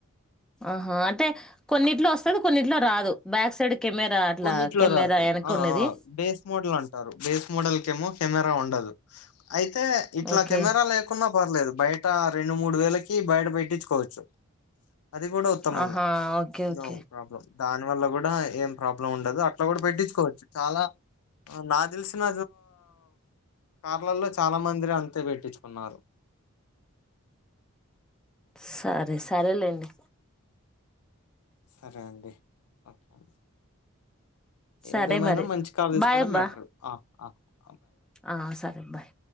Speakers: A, in the centre; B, on the left.
A: ఆహా అంటే కొన్నిట్లో వస్తుంది కొన్నిట్లో రాదు బ్యాక్ సైడ్. కెమెరా అట్లా
B: కొన్నిట్లో
A: కెమెరా
B: రాదు
A: వెనక
B: ఆ
A: ఉన్నది
B: ఆ బేస్ మోడల్ అంటారు బేస్ మోడల్ కేమో కెమెరా ఉండదు. అయితే ఇట్లా
A: ఓకే
B: కెమెరా లేకుంన్నా పర్లేదు బయట. ఆ రెండు మూడు వేలకి బయట పెట్టించుకోవచ్చు. అది కూడా ఉత్తమమే
A: ఆహా ఓకే ఓకే
B: నో ప్రాబ్లం దాని వల్ల కూడా ఏం. ప్రాబ్లం ఉండదు అట్లా కూడా పెట్టించుకోవచ్చు చాలా. నాకు తెలిసిన కార్లలో చాలా మందిర అంతే పెట్టించుకున్నారు.
A: సరే సరేలేండి.
B: సరే అండి ఓకే.
A: సరే
B: ఏదేమైనా
A: మరి
B: మంచి కారు తీసుకోవడం
A: బాయ్ అబ్బా
B: బెటరు ఆ. ఆ.
A: ఆ సరే ఆ బాయ్.